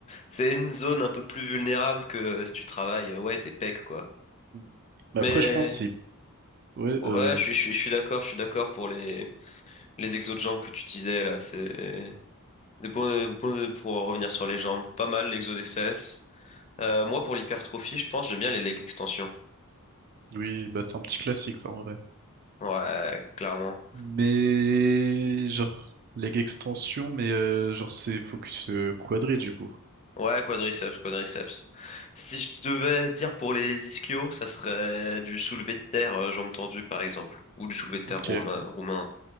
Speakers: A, on the left; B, on the right.
A: C'est une zone un peu plus vulnérable que euh, si tu travailles, euh, ouais, tes pecs, quoi.
B: Mm. Mais
A: Mais
B: après, je pense que c'est... Ouais,
A: bon,
B: euh,
A: ouais, je suis, je suis, je suis d'accord, je suis d'accord pour les, les exos de jambes que tu disais, là. C'est des bons, euh, bons- euh, pour revenir sur les jambes. Pas mal, l'exo des fesses. Euh, moi, pour l'hypertrophie, je pense, que j'aime bien les leg extensions.
B: oui, bah, c'est un petit classique, ça, en vrai.
A: Ouais, clairement.
B: Mais... Genre, leg extension, mais euh, genre, c'est focus euh, quadri, du coup.
A: Ouais, quadriceps, quadriceps. Si je devais dire pour les ischios, ça serait du soulevé de terre, euh, jambes tendues par exemple, ou du soulevé de terre
B: Ok.
A: romain, roumain,